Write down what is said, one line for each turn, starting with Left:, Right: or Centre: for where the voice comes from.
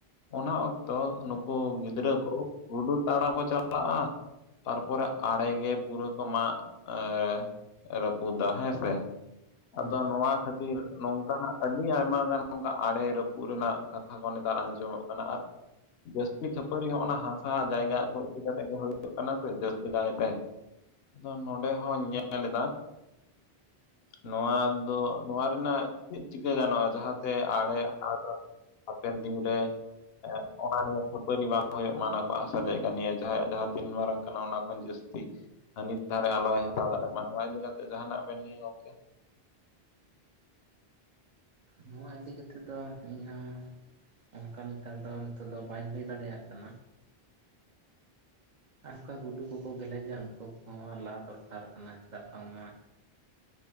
Left: ᱚᱱᱟ ᱚᱠᱛᱚ ᱱᱩᱠᱩ ᱜᱤᱫᱽᱨᱟᱹ ᱠᱚ ᱜᱩᱰᱩ ᱛᱟᱲᱟᱣ ᱠᱚ ᱪᱟᱞᱟᱜᱼᱟ, ᱛᱟᱨᱯᱚᱨᱮ ᱟᱲᱮ ᱜᱮ ᱯᱩᱨᱟᱹ ᱠᱚ ᱢᱟᱜ ᱮᱸ ᱨᱟᱹᱯᱩᱫᱟ ᱦᱮᱸ ᱥᱮ᱾ <inaudible>
Right: ᱦᱮᱸ
Left: ᱟᱫᱚ ᱱᱚᱣᱟ ᱠᱷᱟᱹᱛᱤᱨ ᱱᱚᱝᱠᱟᱱᱟᱜ ᱟᱹᱰᱤ ᱟᱭᱢᱟ ᱜᱟᱱ ᱱᱚᱝᱠᱟ ᱟᱲᱮ ᱨᱟᱹᱯᱩᱫ ᱨᱮᱱᱟᱜ ᱠᱟᱛᱷᱟ ᱠᱚ ᱱᱮᱛᱟᱨ ᱟᱸᱡᱚᱢᱚᱜ ᱠᱟᱱᱟ, ᱟᱨ ᱡᱟᱹᱥᱛᱤ ᱠᱷᱟᱹᱯᱟᱹᱨᱤ ᱦᱚᱸ ᱚᱱᱟ ᱦᱟᱥᱟ ᱡᱟᱭᱜᱟ ᱠᱚ ᱤᱫᱤ ᱠᱟᱛᱮ ᱜᱮ ᱦᱩᱭᱩᱜ ᱠᱟᱱᱟ ᱥᱮ ᱡᱟᱹᱥᱛᱤ ᱠᱟᱭᱛᱮ᱾ ᱟᱫᱚ ᱱᱚᱰᱮ ᱦᱚᱧ ᱧᱮᱞᱮᱫᱟ, ᱱᱚᱣᱟ ᱫᱚ ᱱᱚᱣᱟ ᱨᱮᱱᱟᱜ ᱪᱮᱫ ᱪᱤᱠᱟᱹ ᱜᱟᱱᱚᱜᱼᱟ ᱡᱟᱦᱟᱸᱛᱮ ᱟᱲᱮ <inaudible> ᱦᱟᱯᱮᱱ ᱫᱤᱱ ᱨᱮ ᱮᱸ ᱚᱱᱟ ᱱᱤᱭᱟᱹ ᱠᱷᱟᱹᱯᱟᱹᱨᱤ ᱵᱟᱝ ᱦᱩᱭᱩᱜ ᱢᱟ ᱚᱱᱟ ᱠᱚᱣᱟᱜ ᱦᱟᱥᱟ ᱡᱟᱭᱜᱟ ᱱᱤᱭᱟᱹ, ᱡᱟᱦᱟᱸᱭᱟᱜ ᱡᱟᱸᱦᱟ ᱛᱤᱱ ᱢᱟᱨᱟᱝ ᱠᱟᱱᱟ ᱚᱱᱟ ᱠᱷᱚᱱ ᱡᱟᱹᱥᱛᱤ, ᱦᱟᱹᱱᱤ ᱫᱷᱟᱨᱮ ᱟᱞᱚᱭ ᱦᱟᱛᱟᱣ ᱫᱟᱲᱮᱭᱟᱜ ᱢᱟ ᱱᱚᱣᱟ ᱤᱫᱤ ᱠᱟᱛᱮ ᱡᱟᱦᱟᱸᱱᱟᱜ ᱵᱮᱱ ᱞᱟᱹᱭᱟ ᱜᱚᱝᱠᱮ?
Right: ᱱᱚᱣᱟ ᱤᱫᱤ ᱠᱟᱛᱮᱫ ᱫᱚ ᱤᱧ ᱦᱚᱸ ᱚᱱᱠᱟ ᱞᱮᱠᱟ ᱫᱚ ᱱᱤᱛᱚᱜ ᱫᱚ ᱵᱟᱧ ᱞᱟᱹᱭ ᱫᱟᱲᱮᱭᱟᱜ ᱠᱟᱱᱟ, ᱟᱨ ᱚᱱᱠᱟ ᱜᱩᱰᱩ ᱠᱚᱠᱚ ᱜᱮᱞᱮᱡᱟ ᱩᱱᱠᱩ ᱠᱚᱦᱚᱸ ᱞᱟ ᱫᱚᱨᱠᱟᱨ ᱠᱟᱱᱟ ᱪᱮᱫᱟᱜ ᱵᱟᱝᱢᱟ,